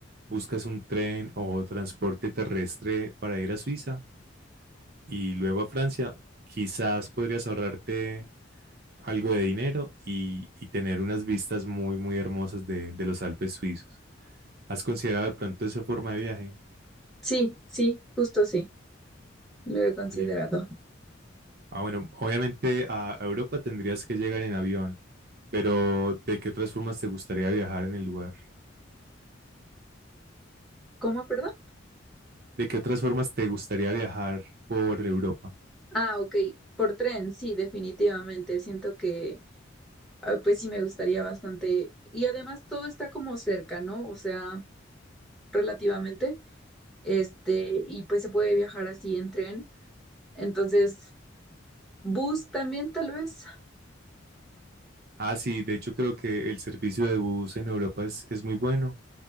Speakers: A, on the right; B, in the centre.
A: buscas un tren o transporte terrestre para ir a Suiza, y luego a Francia, quizás podrías ahorrarte algo de dinero y, y tener unas vistas muy, muy hermosas de, de los Alpes suizos. ¿Has considerado de pronto esa forma de viaje?
B: Sí, sí, justo sí, lo he considerado.
A: Oye, ah, bueno, obviamente a a Europa tendrías que llegar en avión, pero ¿de qué otras formas te gustaría viajar en el lugar?
B: ¿Cómo, perdón?
A: ¿De qué otras formas te gustaría viajar por Europa?
B: Ah, ok, por tren, sí, definitivamente. Siento que, ah, pues sí, me gustaría bastante. Y además todo está como cerca, ¿no? O sea, relativamente. Este, y pues se puede viajar así en tren. Entonces, bus también tal vez.
A: Ah, sí, de hecho creo que el servicio de bus en Europa es, es muy bueno.